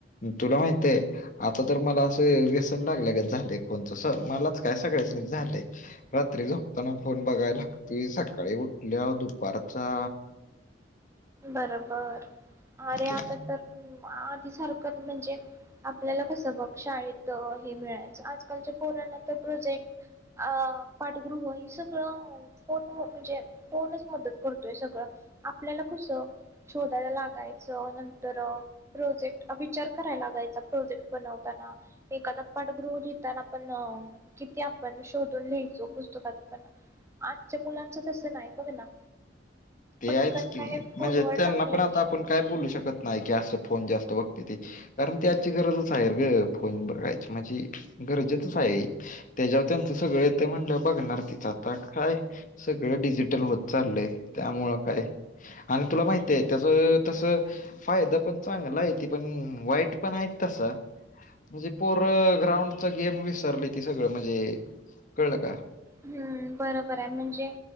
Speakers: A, on the left (about 45°); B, on the right (about 15°).
A: तुला माहितेय आता तर मला असं व्यसन लागल्या गत झालय फोनच मलाच काय सगळ्यासणीस झालय रात्री झोपताना फोन बघाय लागतुय सकाळी उठल्यावर दुपारचा
B: बरबर आरे
A: ते
B: आता तर मा ती सारखंन म्हणजे आपल्याला कस बघ शाळेत हे मिळायचं, आजकालच्या पोरांना तर प्रोजेक्ट अ पाठगृह ही सगळं फोन व म्हणजे फोनच मदत करतोय सगळं आपल्याला कसं शोधायला लागायचं नंतर प्रोजेक्ट विचार कराय लागायचा प्रोजेक्ट बनवताना, एखादा पाठगृह लिहताना पण किती आपण शोधून लिहयचो पुस्तकात, पण आजच्या मुलांच तसं नाही बघ ना.
A: ते
B: पटकन
A: आहेच. ते
B: काय फोनवर
A: म्हणजे त्यांना
B: टाकलं
A: पण आता
B: की
A: आपण काय बोलू शक नाय की असं फोन जास्त बघते ते कारण, ते आजची गरजच हायर ग फोन बघायची मजी गरजेचंच हाये. तेज्याव त्यांच सगळ ये म्हणल बघणार तिच आता काय सगळ डिजिटल होत चाललंय. त्यामुळं काय आणि तुला माहितीये त्याचं तस, फायदा पण चांगला आय ती पण, वाईट पण आहे तस म्हणजे पोरं ग्राउंडचा गेम विसरली ती सगळं म्हजे कळलं का?
B: हूं बरोबर आय म्हणजे